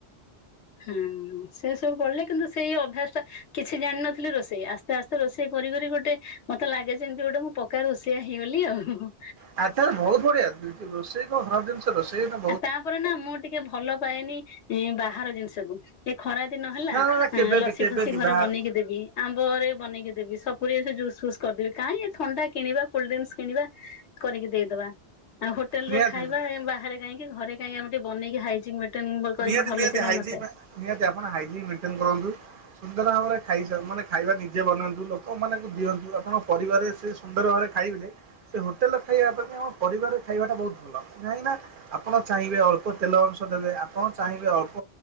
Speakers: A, on the left; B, on the right.
A: ହୁଁ ହୁଁ ସେ ସବୁ ପଢିଲେ କିନ୍ତୁ ସେଇ ଅଭ୍ୟାସ ଟା କିଛି ଜାଣିନଥିଲି ରୋଷେଇ ଆସ୍ତେ ଆସ୍ତେ ରୋଷେଇ କରି କରି ଗୋଟେ ମତେ ଲାଗେ ଯେମିତି ଗୋଟେ ମୁ ପ ପକା ରୋଷେଇଆ ହେଇଗଲି ଉ।
B: <unintelligible> ବହୁତ ବଢିଆ ରୋଷେଇ କଣ ଖରାପ ଜିନିଷ। ରୋଷେଇ ତ
A: ଆ ତାପରେ ନା ମୁଁ ଟିକେ ଭଲ ପାଏନି ବାହାର ଜିନିଷକୁ। ଏ ଖରା ଦିନ ହେଲା
B: ନା ନା ନା କେବେ
A: ଲସି
B: ବି କେବେ
A: ଫସି
B: ବି
A: ଘରେ
B: ବାହାର
A: ବନେଇକି ଦେବି। ଆମ୍ବରେ ବନେଇକି ଦେବି, ସପୁରୀରେ ଜୁସ୍ ଫୁସ୍ କରିଦେବି କାହିଁ ଏଇ ଥଣ୍ଡା କିଣିବା କୋଲ୍ଡ ଡ୍ରିଙ୍କସ୍ କିଣିବା। କରିକି ଦେଇଦବା ଆଉ ହୋଟେଲ
B: ନିହାତି
A: ରେ ଖାଇବା
B: ନିହାତି
A: ବାହାରେ କାହିଁକି ଘରେ କାହିଁକି ଆମେ ଟିକେ ବନେଇକି ହାଇଜିନିକ୍ କରିକି
B: ନିହାତି
A: ଭଲସେ
B: ନିହାତି
A: କାଇଁ
B: ହାଇଜିନ୍
A: ନ ଖାଇବା।
B: ନିହାତି ଆପଣ ହାଇଜିନ୍ ମେଣ୍ଟେନ୍ କରନ୍ତୁ। ସୁନ୍ଦର ଭାବରେ ଖାଇଯା, ମାନେ ଖାଇବା ନିଜେ ବନାନ୍ତୁ ଲୋକମାନଙ୍କୁ ଦିଅନ୍ତୁ ଆପଣଙ୍କ ପରିବାରରେ ସେ ସୁନ୍ଦର ଭାବ ଖାଇଦେଲେ ସେ ହୋଟେଲରେ ଖାଇବା ଅପେକ୍ଷା ଆମ ପରିବାରରେ ଖାଇବାଟା ବହୁତ ଭଲ କାହିଁକିନା ଆପଣ ଚାହିଁବେ ଅଳ୍ପ ତେଲ ଅଂଶ ଦେବେ ଆପଣ ଚାହିଁବେ ଅଳ୍ପ